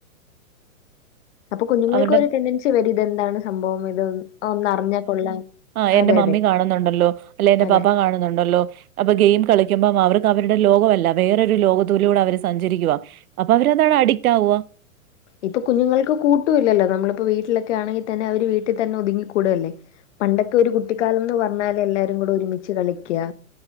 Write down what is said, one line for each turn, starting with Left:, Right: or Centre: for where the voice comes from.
Left: അപ്പ കുഞ്ഞുങ്ങെൾക്കും
Right: അവരുടെ
Left: ഒര് ടെഡെൻസി വെറും ഇതെന്താണ് സംഭവം ഇത് ഒന്ന് ഒന്ന് അറിഞ്ഞാ കൊള്ളാം
Right: ആഹ് എന്റെ
Left: അതെ,
Right: മമ്മി
Left: അതെ.
Right: കാണുന്നുണ്ടല്ലോ അല്ലെയ് എന്റെ
Left: അതെ,
Right: പപ്പ കാണുന്നുണ്ടല്ലോ അപ്പം ഗെയിം കളിക്കുമ്പം അവർക്ക് അവരുടെ ലോകവല്ല വെറൊരു ലോകത്തുലൂടെ അവര് സഞ്ചരിക്കുവാ അപ്പ അവര് എന്താണ് അഡിക്റ്റ് ആവുവാ
Left: ഇപ്പ കുഞ്ഞുങ്ങെൾക്ക് കൂട്ടും ഇല്ലല്ലോ നമ്മളിപ്പോ വീട്ട്ലൊക്കെ ആണെങ്കിൽ തന്നെ അവര് വീട്ടിൽ തന്നെ ഒതുങ്ങിക്കൂട് അല്ലെ പണ്ടൊക്കെ ഒരു കുട്ടി ക്കാലംന്ന് പർണാൽ എല്ലാരും കൂടെ ഒരുമിച്ച് കളിക്കാ